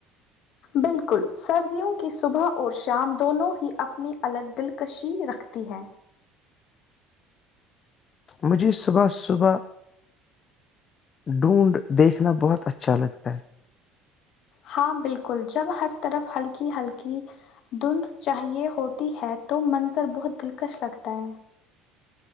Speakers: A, on the left (about 55°); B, on the left (about 35°).
A: بالکل سردیوں کی صبح اور شام دونوں ہی اپنی الگ دلکشی رکھتی ہے
B: مجھے صبح صبح ڈھونڈ دیکھنا بہت اچھا لگتا ہے
A: ہاں بالکل جب ہر طرف ہلکی ہلکی دھندھ چاہیے ہوتی ہے تو منظر بہت دلکش لگتا ہے